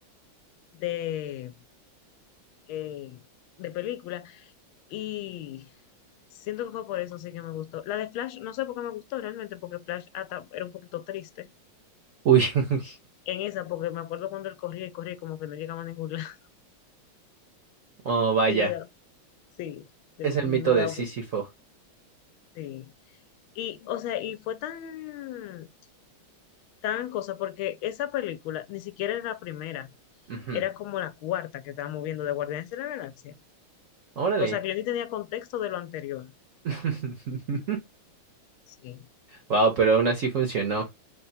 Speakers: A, on the left; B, on the right.
A: de, eh, de película. Y siento que fue por eso sí que me gustó. La de Flash, no sé por qué me gustó realmente, porque Flash hasta era un poquito triste
B: uy, <laughs>
A: en esa, porque me acuerdo cuando él corría y corría y como que no llegaba a ningún lado. <laughs>
B: oh, vaya,
A: Y me da, sí, de-
B: es el
A: me
B: mito de
A: da,
B: Sísifo.
A: sí. Y, o sea, y fue tan, tan cosa, porque esa película ni siquiera era la primera,
B: Ujú.
A: era como la cuarta que estábamos viendo de Guardianes de la Galaxia.
B: Órale.
A: O sea, que yo ni tenía contexto de lo anterior.
B: <laughs>
A: Sí.
B: Wow, pero aún así funcionó.